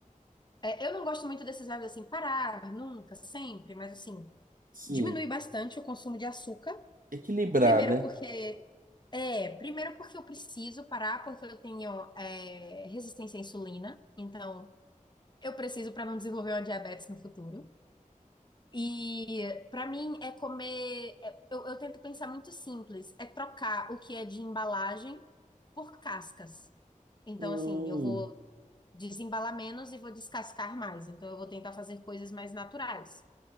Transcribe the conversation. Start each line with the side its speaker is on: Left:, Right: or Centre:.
Left: É, eu não gosto muito desses verbos assim, parar, nunca, sempre, mas assim,
Right: Sim,
Left: diminui bastante o consumo de açúcar.
Right: equilibrar,
Left: Primeiro
Right: né?
Left: porque. É, primeiro porque eu preciso parar, porque eu tenho, é, resistência à insulina. Então, eu preciso para não desenvolver uma diabetes no futuro. E para mim é comer. é- Eu, eu tento pensar muito simples, é trocar o que é de embalagem por cascas. Então,
Right: Hum.
Left: assim, eu vou desembalar menos e vou descascar mais. Então, eu vou tentar fazer coisas mais naturais.